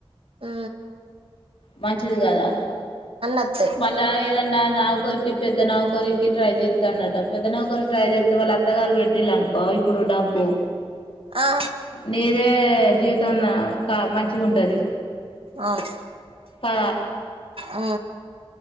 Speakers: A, on the right (about 65°); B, on the left (about 65°).
A: ఆ
B: మంచిది కదా
A: వస్తాయి
B: మల్ల ఏదన్నా నౌకరికి పెద్ద నౌకరిక ట్రై చేస్తాడాంటా పెద్ద నౌకరికి ట్రై చేస్తే వాళ్ళ అత్తగారు పెట్టిల్లు అనుకో ఇప్పుడు డబ్బు
A: ఆ
B: నీదే నే జీవితం నా క మంచిగా ఉంటది
A: అవును
B: ఆ
A: ఓ